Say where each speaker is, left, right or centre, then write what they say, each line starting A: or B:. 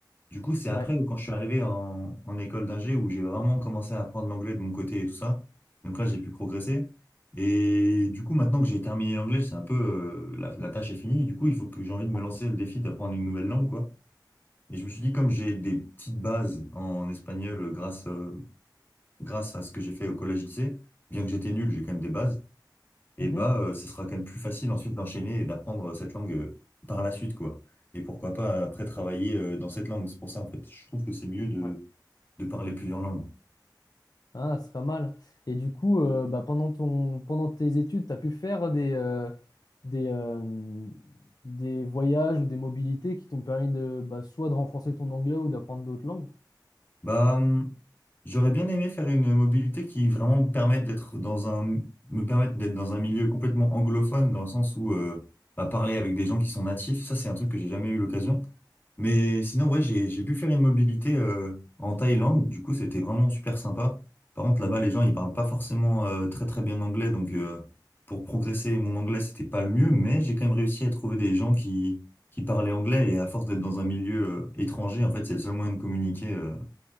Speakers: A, on the left; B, on the left.
A: Du coup, c'est
B: Ouais.
A: après, quand je suis arrivé en, en école d'ingé, où j'ai vraiment commencé à apprendre l'anglais de mon côté et tout ça. Donc là, j'ai pu progresser. Et du coup, maintenant que j'ai terminé l'anglais, c'est un peu, euh, la, la tâche est finie. Du coup, il faut que j'ai envie de me lancer le défi d'apprendre une nouvelle langue, quoi. Et je me suis dit, comme j'ai des petites bases en espagnol euh, grâce, euh, grâce à ce que j'ai fait au collège-lycée, bien que j'étais nul, j'ai quand même des bases, et
B: Mhm.
A: bah, euh, ce sera quand même plus facile ensuite d'enchaîner et d'apprendre euh, cette langue euh, par la suite, quoi. Et pourquoi pas après travailler euh, dans cette langue. C'est pour ça, en fait, je trouve que c'est mieux de,
B: Ouais.
A: de parler plusieurs langues.
B: Ah, c'est pas mal. Et du coup, euh, bah, pendant ton, pendant tes études, tu as pu faire des, euh, des, euh, des voyages ou des mobilités qui t'ont permis de, bah, soit de renforcer ton anglais ou d'apprendre d'autres langues.
A: Bah, hum, j'aurais bien aimé faire une mobilité qui vraiment me permette d'être dans un, me permette d'être dans un milieu complètement anglophone, dans le sens où, euh, bah, parler avec des gens qui sont natifs, ça, c'est un truc que j'ai jamais eu l'occasion. Mais sinon, ouais, j'ai, j'ai pu faire une mobilité euh, en Thaïlande. Du coup, c'était vraiment super sympa. Par contre, là-bas, les gens, ils parlent pas forcément euh, très très bien anglais. Donc, euh, pour progresser, mon anglais, c'était pas le mieux. Mais j'ai quand même réussi à trouver des gens qui, qui parlaient anglais. Et à force d'être dans un milieu euh, étranger, en fait, c'est le seul moyen de communiquer. euh,